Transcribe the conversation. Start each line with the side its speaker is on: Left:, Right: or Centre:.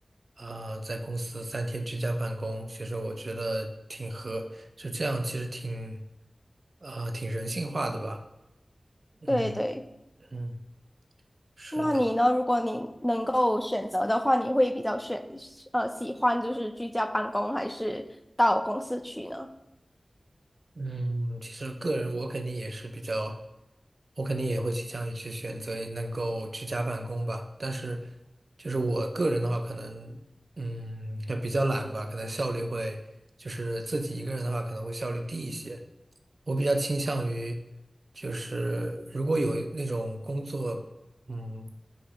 Right: 啊、在公司三天居家办公，其实我觉得挺合，就这样，其实挺，啊、挺人性化的吧。嗯
Centre: 对对。
Right: 嗯，是的。
Centre: 那你呢？如果你能够选择的话，你会比较选呃喜欢就是居家办公还是到公司去呢？
Right: 嗯，其实个人我肯定也是比较，我肯定也会倾向于去选择能够居家办公吧。但是，就是我个人的话，可能嗯也比较懒吧，可能效率会就是自己一个人的话，可能会效率低一些。我比较倾向于，就是如果有那种工作，嗯，